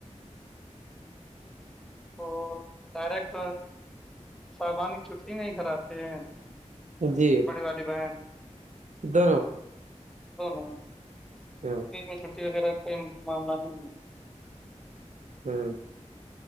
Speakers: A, in the centre; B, on the right.
A: تو ڈائریکٹ شابان چھٹی نہیں کراتے ہیں
B: جی
A: بڑھی والی بہن
B: <unintelligible>
A: دونوں
B: <inaudible>
A: میں چھٹی وغیرہ کا کوئی معاملہ نہیں ہے
B: <inaudible>